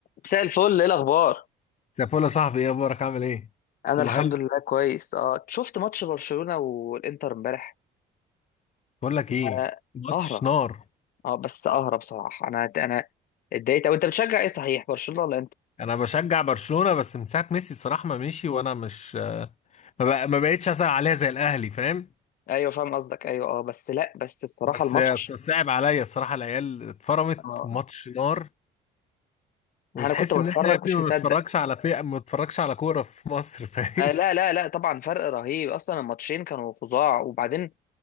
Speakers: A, on the left; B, on the left.
A: مساء الفل ايه الاخبار
B: سيفول يا صاحبي ايه اخبارك عامل ايه
A: انا
B: كله
A: الحمد
B: حلو
A: لله كويس اه شفت ماتش برشلونة والانتر امبارح
B: بقول لك ايه
A: آه
B: مش
A: قهرة
B: نار
A: اه بس قهرة بصراحة انا انا اتضايقت او انت بتشجع ايه صحيح برشلونة ولا انت
B: انا بشجع برشلونة بس من ساعة ميسي الصراحة ما مشي وانا مش ما بق- ما بقتش ازعل عليها زي الاهلي فاهم
A: ايوه فاهم قصدك ايوه اه بس لا بس الصراحة
B: بس
A: الماتش
B: ص- صعب عليا الصراحة العيال اتفرمت
A: اه
B: ماتش نار وتحس
A: انا كنت بتفرج
B: ان احنا يا ابني
A: كنتش
B: ما
A: مصدق
B: بنتفرجش على فئة ما بنتفرجش على كورة في مصر فاهم
A: آه لا لا لا طبعا فرق رهيب اصلا الماتشين كانوا فظاع وبعدين